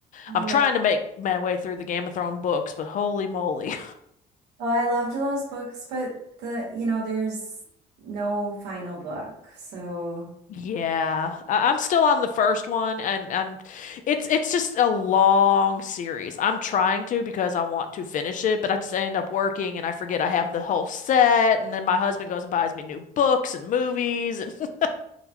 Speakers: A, on the right; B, on the left.
A: Yeah.
B: I'm trying to make my way through the Game of Thrones books, but holy moly.
A: Oh, I loved those books, but the, you know, there's no final book. So,
B: Yeah, I- I'm still on the first one, and and it's it's just a long series. I'm trying to because I want to finish it, but I just end up working and I forget I have the whole set, and then my husband goes and buys me new books and movies, and <laughs>